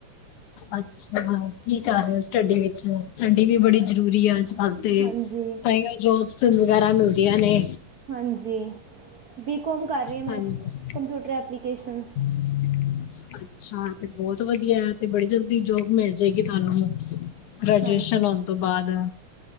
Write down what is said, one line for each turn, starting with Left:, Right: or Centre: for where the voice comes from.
Left: ਅੱਛਾ ਕੀ ਕਰ ਰਹੇ ਹੋ ਸਟੱਡੀ ਵਿੱਚ ਸਟੱਡੀ ਵੀ ਬੜੀ ਜ਼ਰੂਰੀ ਆ ਅੱਜ ਕੱਲ੍ਹ। ਤੇ
Right: ਹਾਂਜੀ।
Left: ਤਾਂ ਉਹ ਜੋਬਸ ਵਗੈਰਾ ਮਿਲਦੀਆਂ ਨੇ।
Right: ਹਾਂਜੀ ਬੀ ਕੋੌਮ ਕਰ ਰਹੀ ਹ ਮੈਂ
Left: ਹਾਂਜੀ
Right: ਕੰਪਿਊਟਰ ਐਪਲੀਕੇਸ਼ਨ।
Left: <unintelligible> ਅੱਛਾ ਤੇ ਬਹੁਤ ਵਧੀਆ ਤੇ ਬੜੀ ਜਲਦੀ ਜੋਬ ਮਿਲ ਜਾਏਗੀ ਤੁਹਾਨੂੰ। ਗ੍ਰੈਜੂਏਸ਼ਨ
Right: ਹਾਂਜੀ
Left: ਹੋਣ ਤੋਂ ਬਾਅਦ।